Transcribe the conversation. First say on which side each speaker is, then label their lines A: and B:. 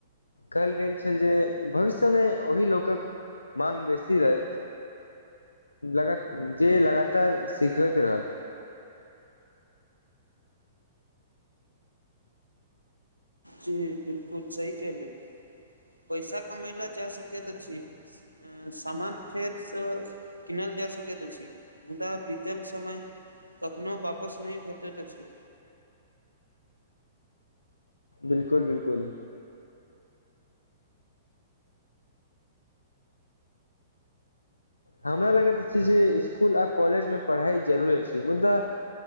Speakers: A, on the left; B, on the right.
A: कहल गेल छल जे भविष्यमे ओहि लोकक माँग बेसी हेत लगा जे लगातार सिखैके रहत।
B: जी, बिलकुल सही केले पैसा कमै ले जा सकैत अछि, अँ- सामान फेरसँ किनल जा सकैत अछि, मुदा बीतल समय कखनो वापस नै भेटैत अछि।
A: बिलकुल- बिलकुल। हमरा लगैत अछि जे इसकुल आ कॉलेजमे पढ़ाइ जरूरे अछि, मुदा